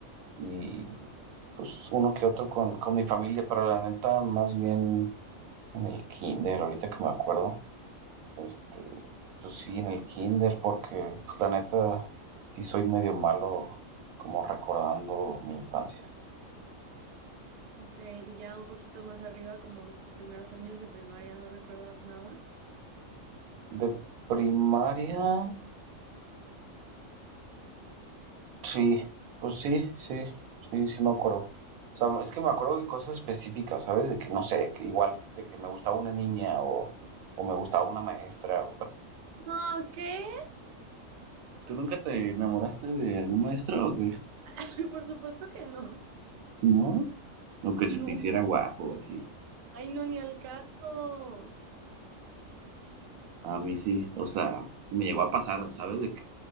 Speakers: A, on the right (about 85°); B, on the right (about 70°).
A: y pues uno que otro con, con mi familia, pero la neta, más bien en el kinder, ahorita que me acuerdo, este, pues sí, en el kinder, porque pues, la neta, sí soy medio malo como recordando mi infancia.
B: Ok, y ya un poquito más arriba, como en tus primeros años de primaria, ¿no recuerdas nada?
A: De primaria, sí, pues sí, sí, sí, sí me acuerdo. O sea, es que me acuerdo de cosas específicas, ¿sabes? De que no sé, que igual de que me gustaba una niña o, o me gustaba una maestra
B: No, ¿qué?
A: ¿Tú nunca te enamoraste de algún maestro o qué?
B: <laughs> Por supuesto que no.
A: ¿No? O que
B: No,
A: se te hiciera guapo, o así.
B: ay, no, ni al caso.
A: A mí sí, o sea, me llegó a pasar, ¿sabes? De que